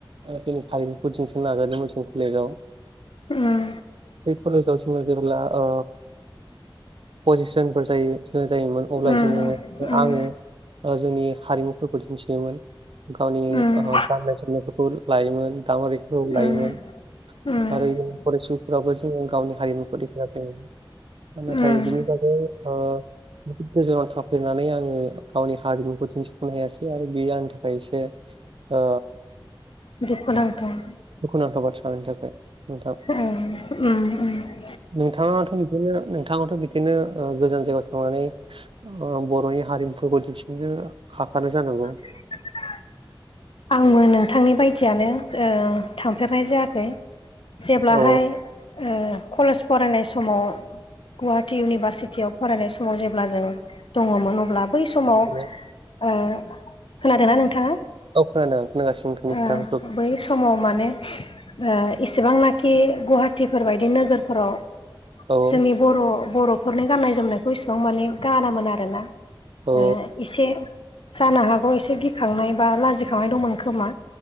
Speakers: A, on the right; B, on the left.
A: जोंनि हारिमुखौ दिन्थिनो नाजादोंमोन जों कलेजाव
B: उम
A: बे कलेजाव जों जेब्ला आ पजिसनफोर जायो जोङो जायोमोन अब्ला
B: उम
A: जोङो
B: उम
A: आङो जोंनि हारिमुफोरखौ दिन्थियोमोन गावनि
B: उम
A: गान्नाय सोमनायफोरखौ लायोमोन दाङउरिखौ
B: उम
A: लायोमोन।
B: उम
A: आरो फरायसुफोराबो जोङो गावनि हारिमुखौ देखाय जो नाथाय
B: उम
A: बिनि बागै ओ गोजानाव थाफेरनानै आङो गावनि हारिमुखौ दिन्थिफुंनो हायासै आरो बेयो आंनि थाखाय एसे ओ
B: दुखुनांथाव
A: दुखुनांथाव बाथ्रा आंनि थाखाय नोंथां।
B: ओम
A: नोंथाङाथ' बिदिनो नोंथाङाथ' बिदिनो गोजान जायगायाव थांनानै ओ बर'नि हारिमुफोरखौ दिन्थिनो हाखानाय जानांगौ।
B: <inaudible> आंबो नोंथांनि बायदियानो ओ थांफेरनाय जायाखै। जेब्लाहाय
A: औ
B: ओ कलेज फरायनाय समाव । गुवाहाटि इउनिभारसिटियाव फरायनाय समाव जेब्ला जों दङमोन अब्ला बै समाव
A: औ
B: ओ खोनादोंना नोंथाङा?
A: औ खोनादों। खोनागासिनो नोंथांनि
B: ओ
A: खोथाखौ
B: बै समाव माने ओ इसेबांनाखि गुवाहाटिफोर बायदि नोगोरफोराव
A: औ
B: जोंनि बर' बर'फोरनि गाननाय जोमनायखौ इसिबां माने गानामोन आरोना।
A: औ
B: ओ एसे जानो हागौ एसे गिखांनाय बा लाजि खांनाय दंमोन खोमा